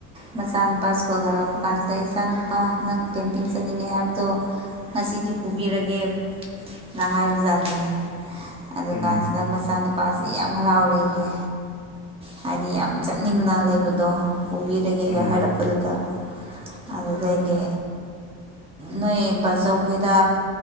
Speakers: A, on the right (about 20°); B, on the left (about 80°).
A: ꯃꯆꯥꯅꯨꯄꯥ ꯏꯁ꯭ꯀꯨꯜ ꯍꯜꯂꯛꯄ ꯀꯥꯟꯁꯤꯗ ꯏꯆꯥ ꯅꯨꯨꯄꯥ ꯅꯪ ꯀꯦꯝꯄꯤꯡ ꯆꯠꯅꯤꯡꯉꯦ ꯍꯥꯏꯕꯗꯣ ꯉꯁꯤꯗꯤ ꯄꯨꯕꯤꯔꯒꯦ ꯅ ꯍꯥꯏꯕꯖꯥꯠꯅꯦ ꯑꯗꯨꯝ
B: ꯎꯝ ꯎꯝ
A: ꯀꯥꯟꯁꯤꯗ ꯃꯆꯥꯅꯨꯄꯥꯁꯤ ꯌꯥꯝ ꯍꯔꯥꯎꯔꯦꯌꯦ ꯍꯥꯏꯗꯤ ꯌꯥꯝ ꯆꯠꯅꯤꯡꯅ ꯂꯩꯕꯗꯣ ꯄꯨꯕꯤꯔꯒꯦꯒ
B: ꯎꯝ
A: ꯍꯥꯏꯔꯛ ꯄꯗꯨꯗ ꯑꯗꯨꯗꯩꯗꯤ ꯅꯣꯏ ꯕꯥꯆꯧꯈꯣꯏꯗ